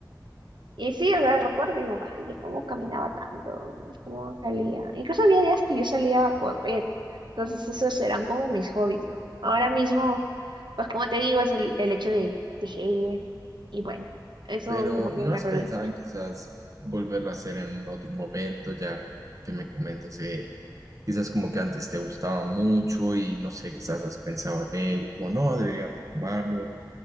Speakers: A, on the right; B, on the right.
A: y sí, o sea, recuerdo, digo, vaya, cómo caminaba tanto, cómo salía. Incluso había días que yo salía a correr, entonces esos eran como mis hobbies, ¿no? Ahora mismo, pues como te digo, es el, el hecho de tejer y bueno, eso
B: Pero
A: como que
B: ¿no
A: me
B: has
A: relaja.
B: pensado en quizás volverlo a hacer en otro momento, ya que me comentas que quizás como que antes te gustaba mucho y no sé, quizás has pensado en ello, como no, debería retomarlo,